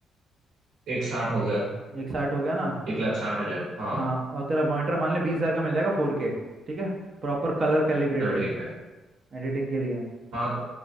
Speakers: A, on the right; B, on the right.
A: एक साठ हो गया
B: एक साठ हो गया ना
A: एक लाख साठ हजार हाँ
B: हाँ और तेरा मॉनिटर मान ले बीस हजार का मिल जाएगा फोर के ठीक है प्रॉपर कलर कैलिब्रेटेड
A: चल ठीक है
B: एडिटिंग के लिए
A: हाँ तो